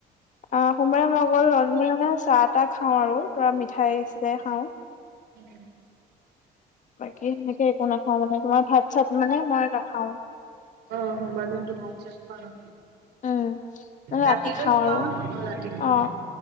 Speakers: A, on the left; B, on the right.
A: অ', সোমবাৰে মই অকল অনলি মানে চাহ তাহ খাও আৰু তোৰা মিঠাই চিঠাই খাওঁ।
B: উম।
A: বাকী সেনেকে একো নাখাও মানে তোমাৰ ভাত চাত মানে মই নাখাও।
B: অ সোমবাৰ দিনটো ভাত চাত খুৱা নহয়।
A: উম ৰাতি
B: ৰাতিলৈ
A: খাওঁ
B: খোৱা
A: আৰু
B: অ ৰাতি খোৱা
A: অ